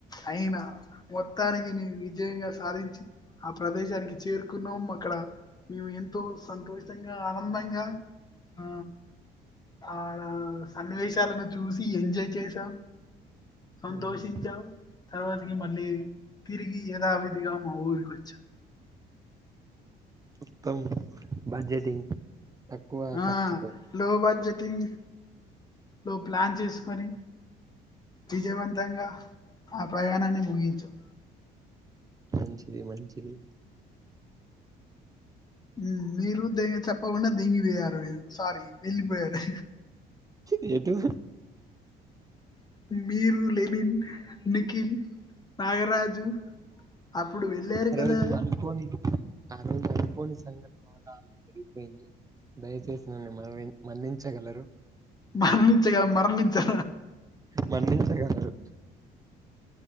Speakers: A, on the left (about 25°); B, on the right (about 20°).
A: అయినా మొత్తానికి మేము విజయంగా సాధించి ఆ ప్రదేశానికి చేరుకున్నాము అక్కడ మేము ఎంతో సంతోషంగా ఆనందంగా ఆ ఆడ సన్నివేశాలను చూసి ఎంజాయ్ చేసాం సంతోషించాం
B: హ్మ్.
A: తర్వాతకి మళ్ళీ తిరిగి ఎదావిదిగా మా ఊరికి వచ్చాం
B: మొత్తం బడ్జెటింగ్ తక్కువ
A: ఆ
B: ఖర్చుతో
A: లో బడ్జెటింగ్ లో ప్లాన్ చేసుకొని విజయవంతంగా ఆ ప్రయానాన్ని ముగించాం
B: మంచిది మంచిది
A: ఉమ్ మీరు! !!!!!!!!! చెప్పకుండా! !!!!!!!!! పోయారు మీరు సారీ వెళ్ళిపోయారు
B: చ్చి ఎటు
A: మీరు లెనిన్ నిఖిల్ నాగరాజు అప్పుడు వెళ్ళారు
B: ఆ
A: కదా!
B: రోజు అనుకోని ఆ రోజు అనుపోని సంఘటన వల్ల అలా పెరిగిపోయింది దయచేసి నన్ని మ మన్నించగలరు
A: మన్నించ కదా మరణించా
B: మన్నించగలరు